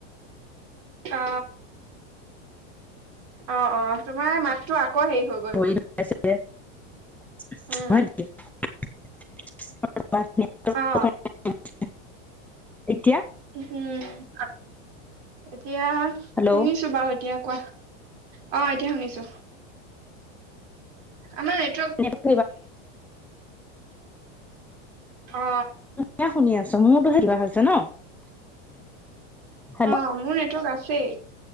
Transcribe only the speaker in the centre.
<unintelligible> <unintelligible>
এতিয়া
হেল্ল'
<unintelligible>
এয়া শুনি আছো মোৰতোহে কিবা হৈছে ন হেল্ল'